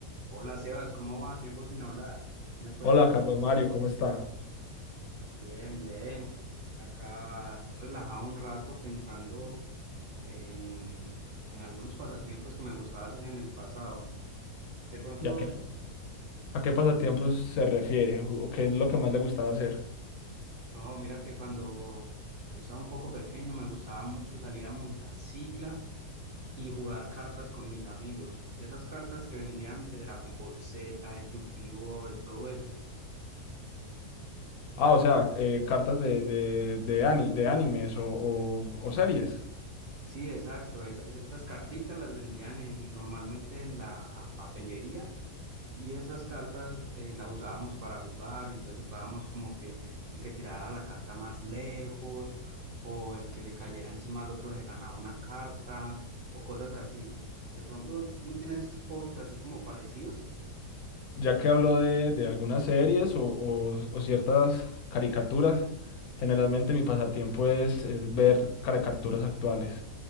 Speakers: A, on the right; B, on the left.
A: Hola Sebas, ¿cómo va? Tiempo sin hablar. ¿Qué me cuentas?
B: Hola, Carlos Mario, ¿cómo está?
A: Bien, bien. Acá relajado un rato pensando en, en algunos pasatiempos que me gustaba hacer en el pasado. De pronto,
B: ¿Y a qué, a qué pasatiempos se refiere? ¿O qué es lo que más le gustaba hacer?
A: no, mira que cuando yo estaba un poco pequeño me gustaba mucho salir a montar cicla y jugar cartas con mis amigos. De esas cartas que vendían de Dragon Ball Z, de Yu-Gi-Oh, de todo eso.
B: Ah, o sea, eh, cartas de, de, de, ani- de animes o, o- o series.
A: Sí, exacto. Esa- esas carticas las vendían en- normalmente en la papelería Y esas cartas eh, las usábamos para jugar, entonces jugábamos como que el que tirara la carta más lejos o el que le cayera encima al otro se ganaba una carta o cosas así. De pronto no tienes hobbies así como parecidos.
B: Ya que habló de, de algunas series o, o- o ciertas caricaturas, generalmente mi pasatiempo es, es ver caricaturas actuales.